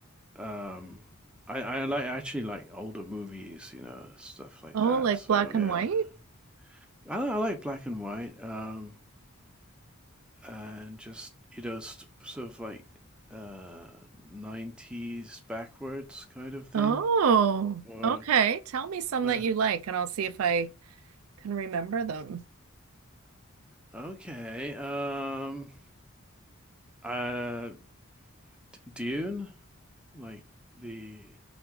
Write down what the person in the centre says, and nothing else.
um, I I like actually like older movies, you know, stuff like
that.
So
yeah,
I li- I like black and white, um, and just you know, st- sort of like uh 90s backwards kind of thing.
Or
uh,
okay, um. Uh, D- Dune, like the